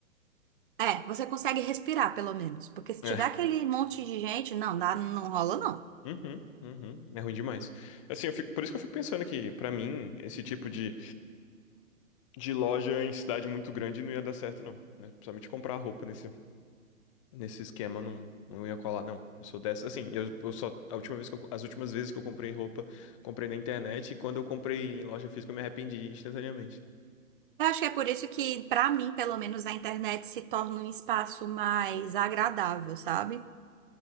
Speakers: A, on the right (about 40°); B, on the left (about 25°).
A: É, você consegue respirar pelo menos, porque se tiver
B: É.
A: aquele monte de gente, não dá, não rola não.
B: Uhum, uhum. É ruim demais. Assim, eu fico, por isso que eu fico pensando que, pra mim, esse tipo de, de loja em cidade muito grande não ia dar certo, não. É, Principalmente comprar roupa nesse, nesse esquema, não, não ia colar, não. Eu sou dessa. Assim, eu, eu só. A última vez que eu- as últimas vezes que eu comprei roupa, comprei na internet, e quando eu comprei em loja física, eu me arrependi instantaneamente.
A: Eu acho que é por isso que, pra mim, pelo menos, a internet se torna um espaço mais agradável, sabe?